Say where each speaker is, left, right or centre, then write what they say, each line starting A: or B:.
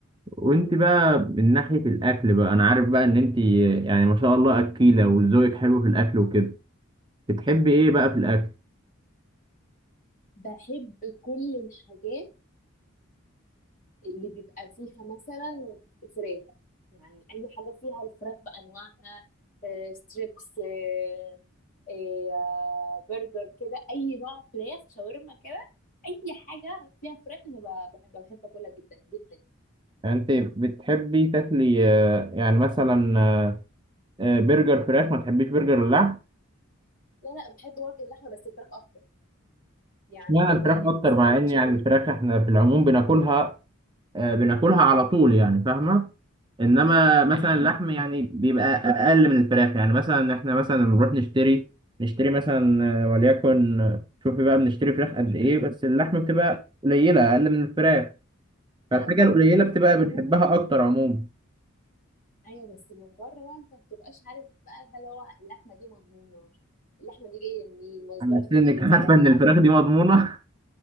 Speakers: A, on the right; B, on the left.
A: وانت بقى من ناحية الأكل بقى أنا عارف بقى إن انت يعني ما شاء الله أكيلة وذوقك حلو في الأكل وكده بتحبي إيه بقى في الأكل؟
B: بحب كل الحاجات اللي بيبقى فيها مثلا فراخ يعني اي حاجه فيها الفراخ بانواعها آه، ستريبس آه، آه، برجر كده اي نوع فراخ شاورما كده اي حاجه فيها فراخ انا ب- بحب بحب اكلها جدا جدا
A: يعني انت بتحبي تاكلي آه، يعني مثلا آه، آه، برجر فراخ ما تحبيش برجر اللحم؟
B: لا لا بحب برضه اللحمه بس الفراخ اكتر يعني
A: اشمعنى
B: ال-
A: الفراخ أكتر
B: الفرايد
A: مع إن
B: تشيكن
A: يعني الفراخ إحنا في العموم بناكلها آه، بناكلها على طول يعني فاهمة؟ انما مثلا اللحم يعني بيبقى اقل من الفراخ يعني مثلا احنا مثلا لما بنروح نشتري نشتري مثلا آه، وليكن آه، شوفي بقى بنشتري فراخ قد ايه بس اللحم بتبقى قليله اقل من الفراخ فالحاجه
B: ايوه ما
A: القليله
B: برضه من
A: بتبقى
B: بره
A: بنحبها اكتر عموما
B: ايوه بس من بره بقى انت ما بتبقاش عارف بقى هل هو اللحمه دي مضمونه اللحمه دي جايه منين مصدرها
A: على اساس انك
B: ايه
A: <laughs>
B: يعني
A: عارفه ان
B: ساعات
A: الفراخ دي مضمونه <laughs>